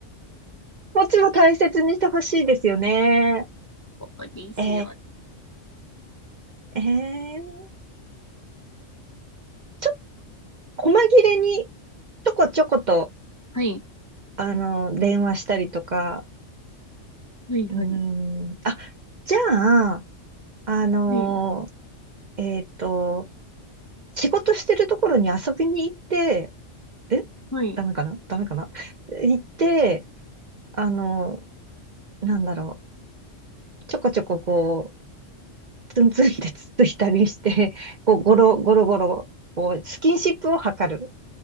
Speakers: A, on the right; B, on the left.
A: こっちも大切にしてほしいですよね。
B: 思うんですよ。
A: ええええちょ、細切れに、ちょこちょこと、
B: はい。
A: あの、電話したりとか。
B: はい。
A: うーん。
B: はい。
A: あ、じゃあ、あの、
B: はい。
A: えっと、仕事してるところに遊びに行って、えダメかなダメかな
B: はい。
A: <laughs> 行って、あの、なんだろう、ちょこちょここう、ツンツンってつっついたりして、こう、ゴロゴロゴロ、こう、スキンシップを図る。